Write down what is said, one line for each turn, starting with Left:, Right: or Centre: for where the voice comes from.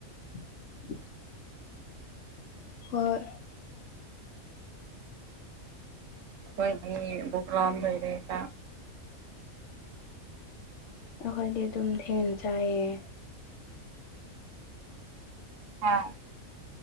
Left: <inaudible> ꯍꯣꯏ
Right: ꯑꯩꯈꯣꯏꯒꯤ ꯍꯌꯦꯡ ꯄꯣꯛꯝꯂꯥꯝ ꯂꯩꯏꯔꯦꯗ
Left: ꯑꯩꯈꯣꯏꯗꯤ ꯑꯗꯨꯝ ꯊꯦꯡꯅ ꯆꯥꯏꯌꯦ
Right: ꯑꯥ